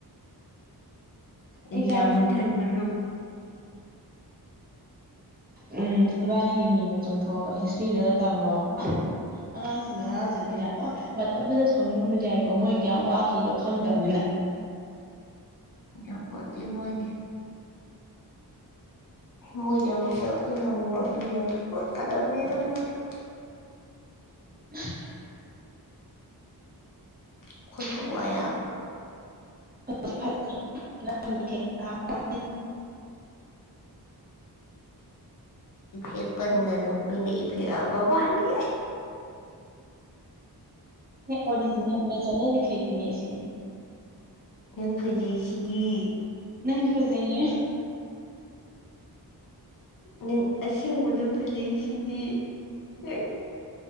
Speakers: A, on the left (about 55°); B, on the right (about 25°).
A: ꯑꯩ
B: ꯑꯦꯛꯖꯥꯝ
A: ꯌꯥꯝꯨꯊꯠꯄꯂꯨ
B: ꯎꯝ ꯋꯥꯕꯥꯅꯤꯒꯤ ꯃꯤꯅ ꯆꯣꯡꯊꯣꯛꯑꯕ ꯍꯤꯁꯇ꯭ꯔꯤꯗꯅ ꯇꯝꯃꯕ ꯑꯉꯥꯡꯁꯤꯡꯗꯣ ꯍꯔꯥꯎꯖꯗꯣꯏꯅꯦ ꯑꯣ ꯃꯇꯝꯗꯨꯗ ꯁꯣꯅꯤꯡꯉꯝꯕꯗꯤ ꯌꯥꯏꯀꯣ ꯃꯣꯏ ꯀꯌꯥꯝ ꯋꯥꯈꯤꯅꯣ ꯈꯪꯗꯕꯅꯤꯅ
A: ꯌꯥꯄꯣꯠꯇꯦ ꯃꯣꯏꯗꯤ ꯃꯣꯏꯗꯃꯗ ꯈꯣꯏꯅ ꯃꯨꯕꯤ ꯂꯦ ꯀ ꯀꯗꯥꯕꯨꯗ ꯃꯣꯏꯁꯨ <inaudible>
B: <inaudible>
A: ꯑꯩꯈꯣꯏ
B: <unintelligible>
A: ꯈꯛ ꯋꯥ ꯌꯥꯕ꯭ꯔꯣ
B: <unintelligible> <unintelligible> ꯀ ꯑꯣ
A: ꯎ ꯏꯐꯦꯄꯒꯅꯣ ꯃꯤꯅꯦ ꯏ ꯐꯦꯔ ꯍꯥ ꯃꯥꯅꯤꯦ
B: ꯍꯦ ꯑꯣꯔꯤꯖꯤ ꯎ ꯆꯔꯦꯦꯇꯅꯤꯁꯤ
A: ꯅꯪ ꯐꯖꯩꯁꯤꯗꯤ
B: ꯅꯪꯁꯨ ꯐꯖꯩꯌꯦ
A: ꯅꯪ ꯑꯁꯦꯡꯕꯗꯣ ꯐꯖꯩ ꯁꯤꯗꯤ ꯍ